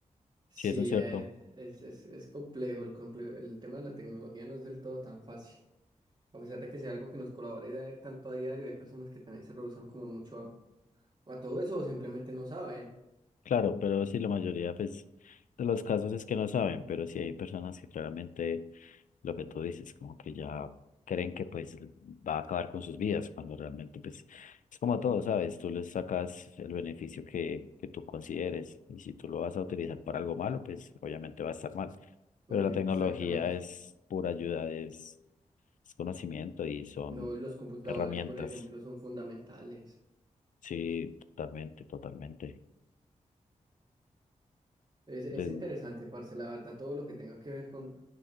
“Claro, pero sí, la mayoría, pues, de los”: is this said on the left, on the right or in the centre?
Left